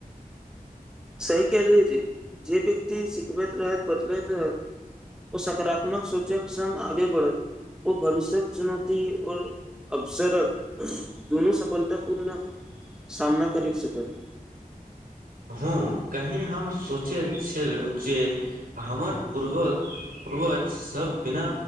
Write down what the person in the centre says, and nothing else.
सही क लिय जी जे व्यक्त सिखबैत रहैत बदलैत रह ओ सकारात्मक सोचक सङ् आगे बढ़त ओ भविष्य्यक चुनौती और अबसरक दुनू सफलतापूर्ण सामना करि सकत